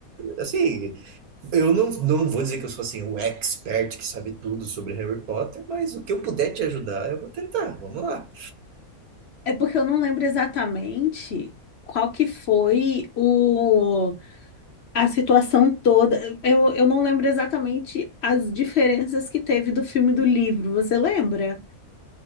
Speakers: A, on the right; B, on the left.
A: assim, eu não, não vou dizer que eu sou, assim, o expert que sabe tudo sobre Harry Potter, mas o que eu puder te ajudar, eu vou tentar. Vamos lá.
B: É porque eu não lembro exatamente qual que foi o. A situação toda, eu, eu não lembro exatamente as diferenças que teve do filme e do livro, você lembra?